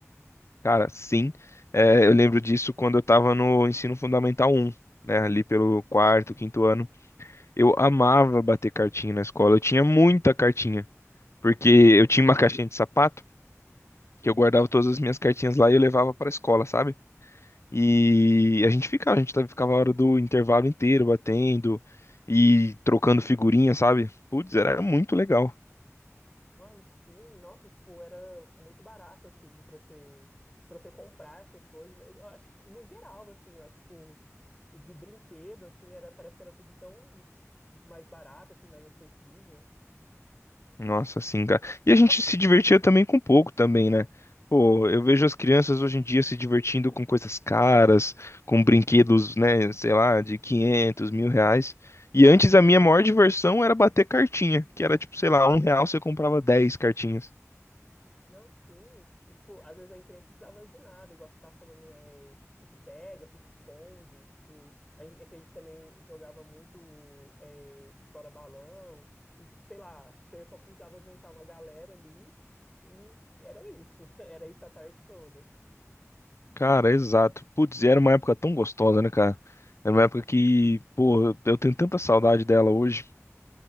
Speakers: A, on the left; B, on the left.
A: Cara, sim. É, eu lembro disso quando eu tava no ensino fundamental um, né? Ali pelo quarto, quinto ano. Eu amava bater cartinha na escola, eu tinha muita cartinha. Porque eu tinha uma caixinha de sapato. que eu guardava todas as minhas cartinhas lá e eu levava pra escola, sabe? E a gente ficava, a gente tava- ficava a hora do intervalo inteiro batendo e trocando figurinha, sabe? Putz, era muito legal.
B: Mano, sim, nossa, e, tipo, era muito barato, assim, pra você, pra você comprar essas coisas, né? Eu acho que, no geral, assim, eu acho, tipo, de brinquedo, assim, era, parece que era tudo tão mais barato, assim, mais acessível.
A: Nossa, assim, cara. E a gente se divertia também com pouco também, né? Pô, eu vejo as crianças hoje em dia se divertindo com coisas caras, com brinquedos, né, sei lá, de 500, mil reais. E antes a minha maior diversão era bater cartinha, que era tipo, sei lá, um real você comprava 10 cartinhas.
B: Não, sim. E, tipo, às vezes a gente nem precisava de nada, igual você tava falando, é, de pique-pega, pique-esconde. E a gente, é que a gente também jogava muito é, estoura-balão. E, tipo, sei lá, você só precisava juntar uma galera ali e era isso. <laughs> Era isso a tarde toda.
A: Cara, exato. Putz, e era uma época tão gostosa, né, cara? Era uma época que, pô, eu tenho tanta saudade dela hoje.